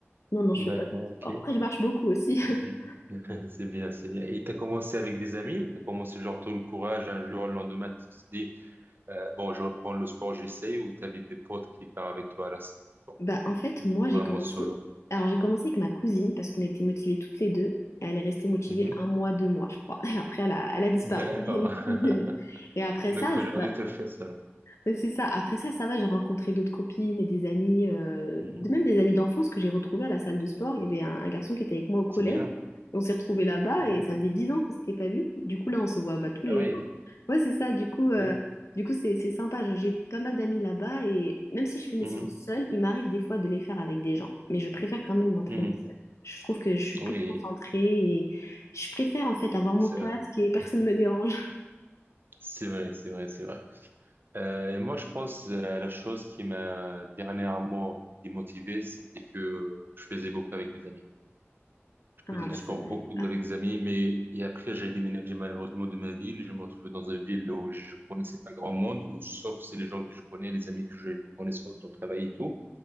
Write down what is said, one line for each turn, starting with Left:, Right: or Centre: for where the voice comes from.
Left: Non, non, je
Right: D'accord,
Left: fais pas de sport.
Right: ok.
Left: Après, je marche beaucoup aussi. <laughs>
Right: <laughs> C'est bien, c'est bien. Et t'as commencé avec des amis ou t'as commencé genre tout le courage un jour, le lendemain, tu te dis, euh, bon, je reprends le sport, j'essaye, ou t'avais des potes qui partent avec toi à la salle,
Left: Bah, en fait,
Right: ou
Left: moi,
Right: tu
Left: j'ai
Right: vois
Left: commencé.
Right: un mode solo.
Left: Alors, j'ai commencé avec ma cousine parce qu'on était motivées toutes les deux. Elle est restée motivée
Right: Mhm.
Left: un mois, deux mois, je crois. <laughs> Et après, elle a, elle a disparu.
Right: D'accord.
Left: <laughs> Elle est
Right: <laughs>
Left: plus venue. Et après
Right: Donc
Left: ça,
Right: aujourd'hui,
Left: je- bah,
Right: tu le fais seul.
Left: Mais C'est ça. Après ça, ça va, j'ai rencontré d'autres copines et des amis, euh,
Right: Mhm.
Left: de- même des amis d'enfance que j'ai retrouvés à la salle de sport. Il y avait un, un garçon qui était avec moi au collège.
Right: C'est bien.
Left: On s'est retrouvés là-bas
Right: Mhm.
Left: et ça faisait dix ans qu'on s'était pas vus. Du coup, là, on se voit bah, tous les
Right: Ah oui,
Left: jours. Ouais, c'est ça. Du coup, euh,
Right: bien.
Left: du coup, c'est c'est sympa. Genre, J'ai pas mal d'amis là-bas et même si je fais mes
Right: Mhm.
Left: séances seule, il m'arrive des fois de les faire avec des gens. Mais je préfère quand même m'entraîner
Right: Mhm.
Left: seule. Je trouve que je suis plus
Right: Oui,
Left: concentrée et je préfère en fait avoir mon
Right: c'est
Left: casque
Right: vrai.
Left: et personne ne me dérange.
Right: C'est vrai, c'est vrai, c'est vrai. Euh, et moi, je pense euh, la chose qui m'a dernièrement démotivé, c'était que je faisais beaucoup avec des amis.
Left: Ah
Right: Je faisais du
Left: bah
Right: sport
Left: ça doit
Right: beaucoup
Left: être ça.
Right: avec des amis, mais et après, j'ai déménagé malheureusement de ma ville. Je me retrouvais dans une ville où je connaissais pas grand monde, où, sauf c'est les gens que je connais, les amis que j'ai fait connaissance dans le travail et tout,